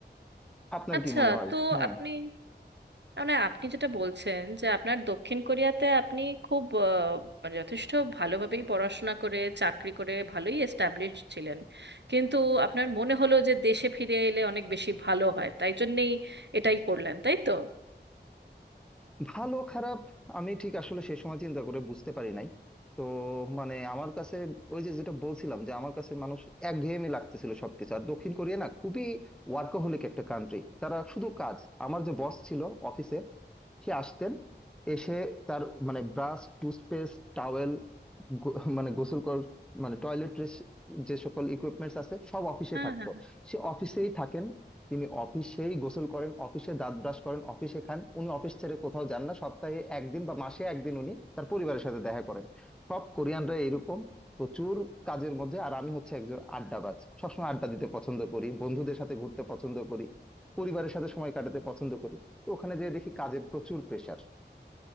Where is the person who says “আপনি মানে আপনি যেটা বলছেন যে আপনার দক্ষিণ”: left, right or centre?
Right